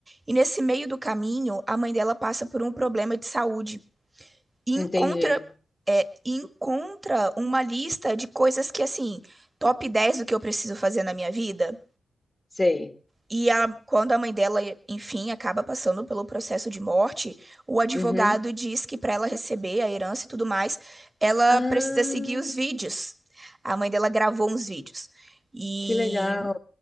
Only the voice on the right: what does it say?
E nesse meio do caminho, a mãe dela passa por um problema de saúde e encontra,
é, encontra uma lista de coisas que, assim, top 10 do que eu preciso fazer na minha vida.
E a- quando a mãe dela, enfim, acaba passando pelo processo de morte, o advogado
diz que para ela receber a herança e tudo mais, ela
precisa seguir os vídeos. A mãe dela gravou uns vídeos. E